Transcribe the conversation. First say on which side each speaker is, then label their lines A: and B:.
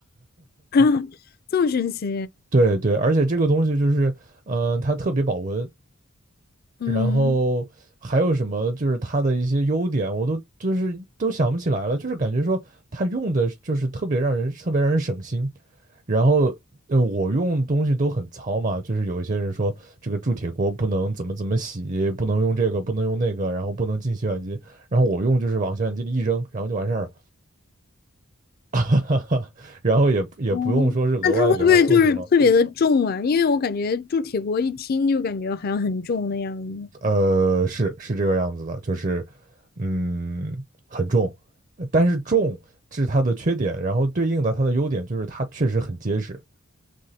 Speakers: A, on the left; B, on the right.
A: <coughs> <laughs> 这么神奇。
B: 对对，而且这个东西就是，嗯、它特别保温，
A: 嗯，
B: 然后还有什么就是它的一些优点，我都就是都想不起来了，就是感觉说它用的就是特别让人特别让人省心。然后，嗯，我用东西都很糙嘛，就是有一些人说这个铸铁锅不能怎么怎么洗，不能用这个，不能用那个，然后不能进洗碗机。然后我用就是往洗碗机里一扔，然后就完事儿了，<laughs> 哈哈。然后也也不用说是额外的给它做什么，
A: 哦，那它会不会就是特别的重啊？因为我感觉铸铁锅一听就感觉好像很重的样子。
B: 呃，是是这个样子的，就是嗯很重，呃但是重是它的缺点，然后对应的它的优点就是它确实很结实，